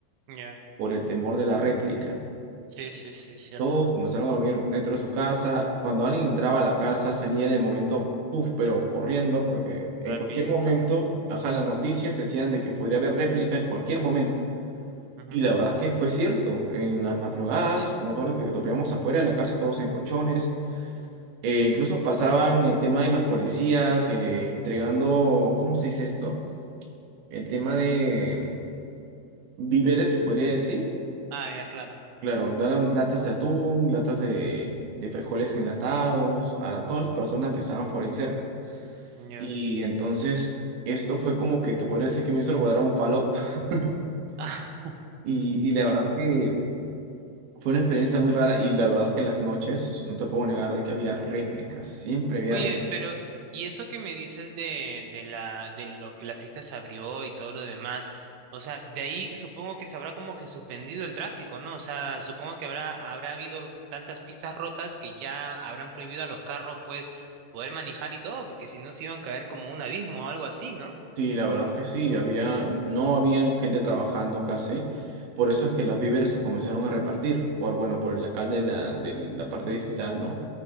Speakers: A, on the right; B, on the right.
A: ya.
B: por el temor de la réplica.
A: Sí, sí, sí, cierto.
B: Todos comenzaron a dormir dentro de su casa. Cuando alguien entraba a la casa, salía de momento, puff, pero corriendo, porque en
A: Rapidito.
B: cualquier momento, ajá, las noticias decían de que podía haber réplica en cualquier momento.
A: Ujú,
B: Y la verdad es que fue cierto. En las madrugadas,
A: Sí.
B: me acuerdo que dormíamos afuera de la casa todos en colchones. Eh, incluso pasaban el tema de los policías eh, entregando, ¿cómo se dice esto? El tema de víveres, se podría decir
A: Ah, ya, claro.
B: Claro, daban latas de atún, latas de, de frijoles enlatados, a todas las personas que estaban por ahí cerca.
A: Ya.
B: Y entonces esto fue como que te podría decir que me hizo recordar a un Fallout. <laughs>
A: <laughs>
B: Y, y la verdad es que fue una experiencia muy rara y la verdad es que en las noches, no te puedo negar de que había réplicas, siempre había
A: Oye,
B: réplicas.
A: pero, ¿y eso que me dices de, de la, de lo que la pista se abrió y todo lo demás? O sea, de ahí supongo que se habrá como que suspendido el tráfico, ¿no? O sea, supongo que habrá, habrá habido tantas pistas rotas que ya habrán prohibido a los carros, pues, poder manejar y todo, porque si no se iban a caer como un abismo o algo así, ¿no?
B: Sí, la verdad es que sí, había, no habían gente trabajando casi, por eso es que los víveres se comenzaron a repartir, por, bueno, por el alcalde de la, de la parte distrital, ¿no?